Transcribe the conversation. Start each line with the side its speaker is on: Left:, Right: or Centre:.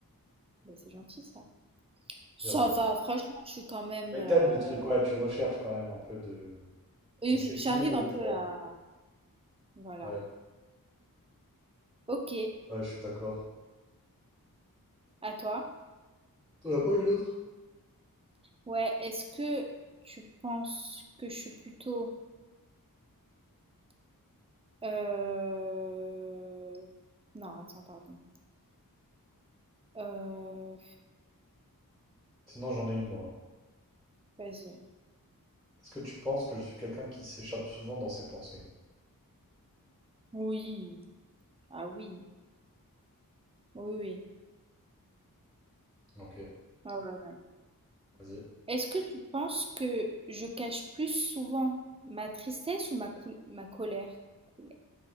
Right: Bah, c'est gentil, ça. Ça
Centre: de rien.
Right: va, franchement, je suis quand même...
Centre: Mais
Right: euh,
Centre: t'aimes le truc, ouais, tu recherches quand même un peu de...
Right: et
Centre: Mais c'est
Right: j-
Centre: équilibré,
Right: j'arrive un
Centre: tu
Right: peu
Centre: vois.
Right: à... Voilà.
Centre: Ouais,
Right: Ok,
Centre: ouais, je suis d'accord.
Right: à toi.
Centre: T'en as pas une autre?
Right: Ouais, est-ce que tu penses que je suis plutôt... euh, Non, attends, pardon. Euh,
Centre: Sinon, j'en ai une, moi.
Right: Vas-y.
Centre: Est-ce que tu penses que je suis quelqu'un qui s'échappe souvent dans ses pensées?
Right: Oui. Ah oui. Oui, oui.
Centre: Ok,
Right: Ah ouais, ouais.
Centre: vas-y.
Right: Est-ce que tu penses que je cache plus souvent ma tristesse ou ma, coul- ma colère? Colère.